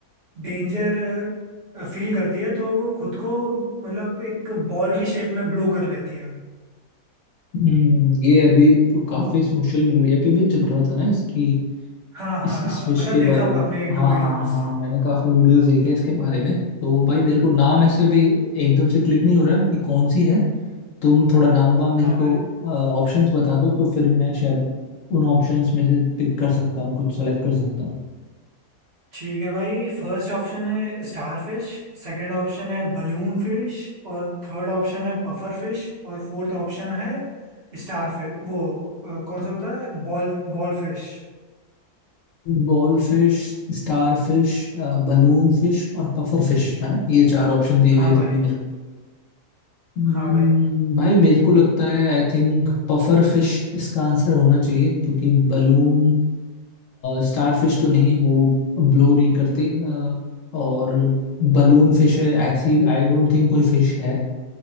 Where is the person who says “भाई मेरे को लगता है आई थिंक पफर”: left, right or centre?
Left